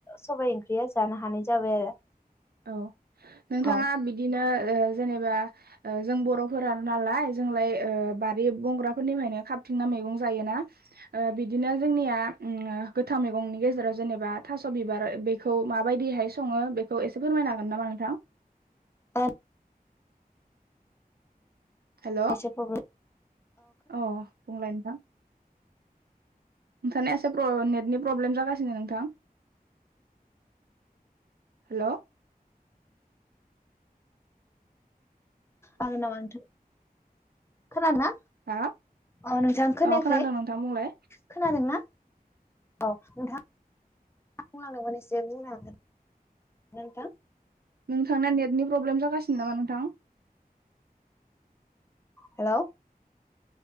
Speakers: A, on the left; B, on the right.
A: सबाइ ओंख्रिया जानो हानाय जाबाय आरो।
B: औ नोंथाङा
A: औ
B: बिदिनो ओ जेनेबा जों बर'फोर नालाय जोंलाय बारि बंग्रा फोरनिफ्रायनो थिंना मैगं जायोना बिदिनो जोंनिया गोथां मैगंनि गेजेराव जेनेबा थास' बिबार बेखौ माबायदिहाय सङो बेखौ एसे फोरमायनो हागोन नामा नोंथां।
A: ओ
B: हेलौ
A: एसे प्रब्लेम
B: अ बुंलाय नोंथां? नोंथांनि एसे नेटनि प्रब्लेम जागासिनो नोंथां। हेलौ
A: हागोन नामाथो खोनादों ना?
B: हा
A: अ नोंथां खोनायाखै
B: अ खोनादों नोंथां बुंलाय
A: खोनादोंना? औ नोंथां। <unintelligible> बुंलांदोंमोन एसे बुंनो हागोन नोंथां
B: नोंथांना नेटनि प्रब्लेम जागासिनो नामा नोंथां
A: हेलौ